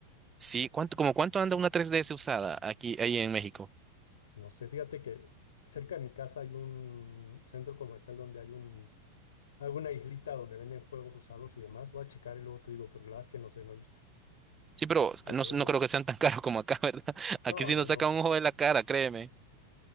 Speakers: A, on the right; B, on the left.
A: Sí, ¿cuánto, como cuánto anda una 3DS usada aquí, ahí en México?
B: No sé, fíjate que cerca de mi casa hay un centro comercial donde hay un, alguna islita donde venden juegos usados y demás. Voy a checar y luego te digo, porque la verdad es que no sé, no he visto.
A: Sí, pero
B: Pero,
A: no, no creo que sean tan <laughs> caros como acá, <laughs> ¿verdad? Aquí
B: no,
A: sí
B: no,
A: nos
B: no.
A: saca un ojo de la cara, créeme.